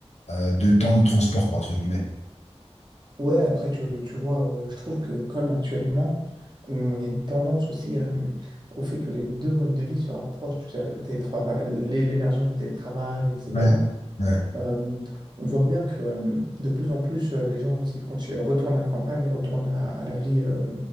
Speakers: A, on the left (about 75°); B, on the right (about 40°).
A: euh, de temps de transport, quoi, entre guillemets.
B: Ouais, après, tu, tu vois, euh, je trouve que comme actuellement, on- il y a une tendance aussi à, euh, au fait que les deux modes de vie se rapprochent, tu sais, avec le télétravail, l'é- l'émergence du télétravail, etc.
A: Ouais, ouais.
B: Euh, on voit bien que euh, de plus en plus, euh, les gens aussi continuent- retournent à la campagne, retournent à, à la vie euh,